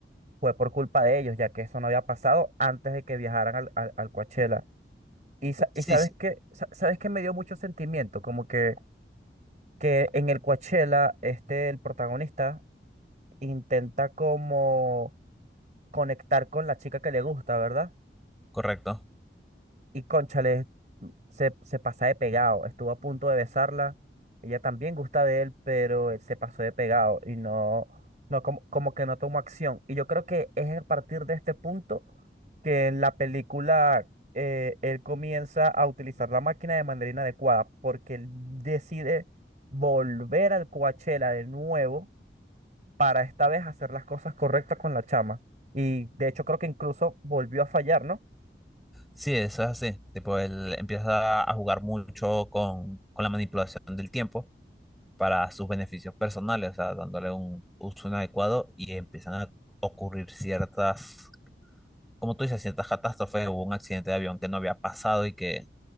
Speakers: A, on the right; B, in the centre.
A: fue por culpa de ellos, ya que eso no había pasado antes de que viajaran al, al, al Coachella. Y, sa-
B: Sí,
A: y sabes
B: sí,
A: que, sabes que me dio mucho sentimiento, como que, que en el Coachella, este, el protagonista intenta como conectar con la chica que le gusta, ¿verdad?
B: correcto.
A: Y cónchale, se, se pasa de pegado. Estuvo a punto de besarla. Ella también gusta de él, pero él se pasó de pegado y no, no como, como que no tomó acción. Y yo creo que es a partir de este punto que en la película eh, él comienza a utilizar la máquina de manera inadecuada, porque él decide volver al Coachella de nuevo para esta vez hacer las cosas correctas con la chama. Y de hecho creo que incluso volvió a fallar, ¿no?
B: Sí, eso es así. Tipo, él empieza a jugar mucho con, con la manipulación del tiempo para sus beneficios personales, o sea, dándole un uso inadecuado y empiezan a ocurrir ciertas, como tú dices, ciertas catástrofes. Hubo un accidente de avión que no había pasado y que